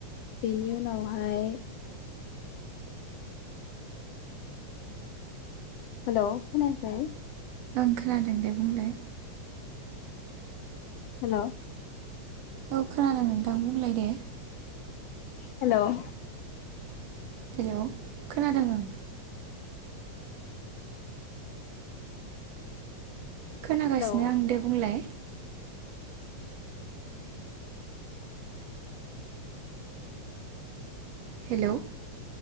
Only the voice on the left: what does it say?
बेनि उनावहाय हेलौ' खोनायाखै
हेल'
हेल'
हेलौ